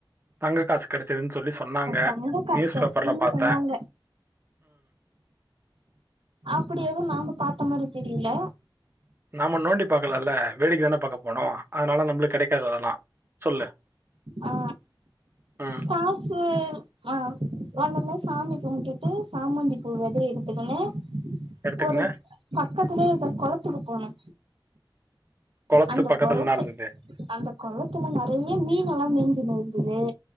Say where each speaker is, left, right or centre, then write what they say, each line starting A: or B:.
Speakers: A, on the right; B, on the right.
A: தங்க காசு கெடச்சிதுன்னு சொல்லி சொன்னாங்க
B: தங்க காசு
A: நியூஸ்
B: கெடச்சதுன்னு
A: பேப்பரில் பாத்தே
B: சொன்னாங்க அப்படி எதுவு நாம பாத்த மாரி தெரியல
A: நாம நோண்டி பாக்கலல்ல வேடிக்கை தான பாக்க போனோ அதனால நம்மளுக்கு கெடைக்காத அதெல்லா சொல்லு
B: ஆ
A: ம்.
B: காசு ஆ வந்தொண்ணே சாமி கும்பிட்டுட்டு சாமந்தி பூ வெதைய எடுத்துக்கணு
A: எடுத்துக்கின்னு
B: ஒரு பக்கத்துலயே இருக்க கொளத்துக்கு போனோ
A: குளத்து
B: அந்த
A: பக்கத்துல
B: கொலத்து
A: என்ன இருந்தது?
B: அந்த கொளத்துல நறைய மீன் எல்லா மேஞ்சுனு இருந்தது